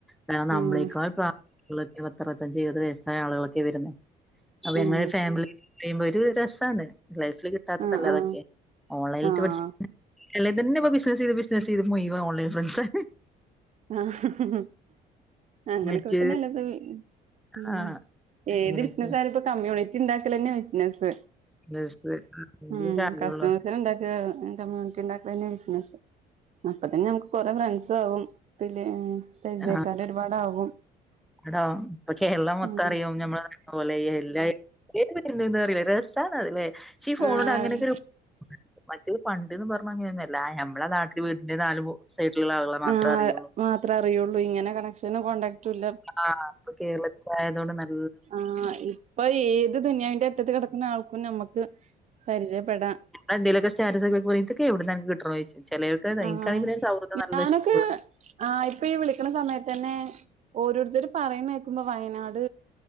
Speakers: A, in the centre; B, on the right.
A: കാരണം നമ്മളെക്കാൾ
B: ഉം
A: പ്രാ യള്ളത് പത്തറുവത്തഞ്ച് എഴുപത് വയസ്സായ ആളുകളൊക്കെ വരുന്നെ അപ്പൊ
B: ഉം
A: ഞങ്ങൾ ഫാമിലി ടൈം ഒരു രസാണ് ലൈഫില് കിട്ടാത്തതല്ലെ
B: ആഹ് ആഹ്
A: അതൊക്കെ. ഓൺലൈൻ
B: ആഹ്
A: റ്റ് പഠിച്ച് എല്ലേതന്നെപ്പൊ ബിസിനസെയ്ത് ബിസ്നസെയ്‌തു മുഴുവം ഓൺലൈൻ ഫ്രണ്ട്സ്.
B: ആഹ് അങ്ങനെക്കെപ്പ
A: മറ്റ്
B: തന്നെല്ലപ്പൊ ബി ഉം
A: ആഹ്
B: ഏത്
A: അങ്ങനെയൊക്കെ
B: ബിസിനസായാലും ഇപ്പോ കമ്മ്യൂണിറ്റി ഇണ്ടാക്കലന്നെ ബിസിനസ്.
A: ബിസിനസ് വലിയ
B: ഉം
A: കാര്യള്ളൂ
B: കസ്റ്റമേഴ്സിനെ ഇണ്ടാ റ്റാ കമ്മ്യൂണിറ്റി ഇണ്ടാക്കലന്നെ ബിസിനസ് അപ്പ തന്നെ നമുക്ക് കൊറെ ഫ്രണ്ട്സും ആകും. ത്തിലേ പരിചയക്കാര്
A: ആഹ്
B: ഒരുപാടാകും
A: എടാ ഇപ്പൊ കേരളം മൊത്തം
B: ഉം
A: അറിയും നമ്മളെ പോലെ എല്ലാ ഏത് വരുന്നത് അറില രസാണ് അത് ലേ ക്ഷീ ഈ ഫോണോണ്ട്
B: ആഹ്
A: അങ്ങനെക്കെരു ഉ മറ്റേത് പണ്ട്ന്ന് പറഞ്ഞ അങ്ങനൊന്നു അല്ല ഞമ്മള നാട്ടില് വീട്ടില് നാല് മു സൈഡില്ള്ള ആളുകള മാത്ര
B: ആഹ് ആഹ്
A: അറിയുള്ളൂ.
B: മാത്രേ അറിയുള്ളൂ ഇങ്ങനെ കണക്ഷനും കോണ്ടാക്റ്റും ഇല്ല
A: ആഹ് അപ്പൊ കേരളത്തിലായതോണ്ട് നൽ
B: ആഹ് ഇപ്പൊ ഏത് ദുനിയാവിന്റെ അറ്റത്ത് കെടക്കുന്ന ആൾക്കും നമ്മ ക്ക് പരിചയപ്പെടാ.
A: എന്തെലൊക്കെ സ്റ്റാറ്റസൊക്കെ വെക്കുമ്പറീ ഇതൊക്കെ എവിട്ന്ന അനക്ക് കിട്ട്ണ് ചോയിച്ചും ചെലോൽക്ക് തായി
B: ആഹ്
A: ഇൻകാണങ്കി പിന്നെ സൗഹൃദം നല്ല
B: ഞാനൊക്കെ
A: ഇഷ്ട്ടുള്ള
B: ആഹ് ഇപ്പൊ ഈ വിളിക്കണ സമയത്തന്നെ ഓരോരുത്തര് പറീണേ കേക്കുമ്പോ വയനാട്